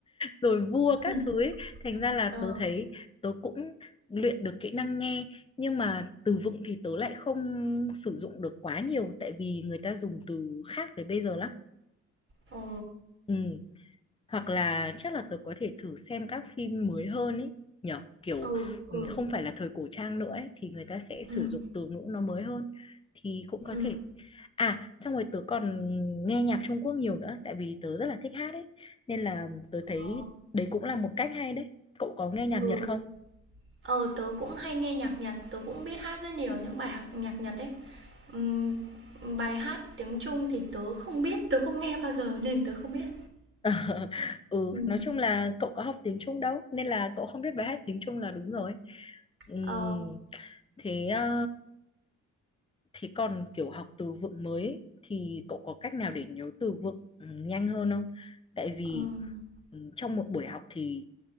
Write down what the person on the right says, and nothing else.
<laughs>
ờ,
ồ,
ừ, ừ,
ừm,
ừm.
Ờ,
ừ.
Ờ, tớ cũng hay nghe nhạc Nhật, tớ cũng biết hát rất nhiều những bài hạc nhạc Nhật ấy. Ừm, bài hát tiếng Trung thì tớ không biết, tớ không nghe bao giờ nên tớ không biết.
Ừm.
Ờ,
ừm,